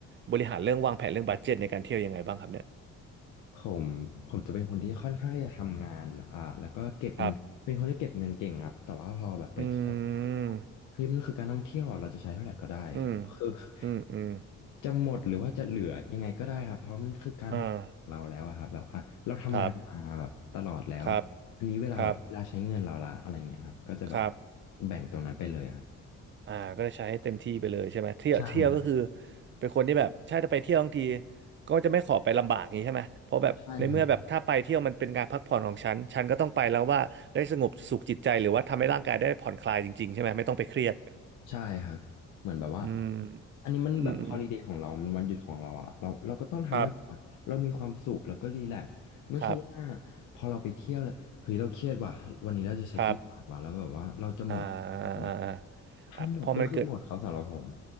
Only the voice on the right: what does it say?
บริหารเรื่องวางแผนเรื่องบัดเจ็ตในการเที่ยวยังไงบ้างครับเนี่ย
ครับอืมอืม
อืมอืม
อ่าครับครับ
ครับครับ
อ่าก็จะใช้ให้เต็มที่ไปเลยใช่ไหมเที่ยวเที่ยวก็คือ
เป็นคนที่แบบ ใช่ถ้าไปเที่ยวบางทีก็จะไม่ขอไปลำบากอย่างนี้ใช่ไหมเพราะแบบในเมื่อแบบถ้าไปเที่ยวมันเป็นการพักผ่อนของฉันฉันก็ต้องไปแล้วว่าได้สงบสุขจิตใจหรือว่าทำให้ร่างกายได้ผ่อนคลายจริงๆใช่ไหมไม่ต้องไปเครียด
อืม
อืมอืมครับครับ
ครับอ่าอ่าอ่า
อ่าพอมันเกิด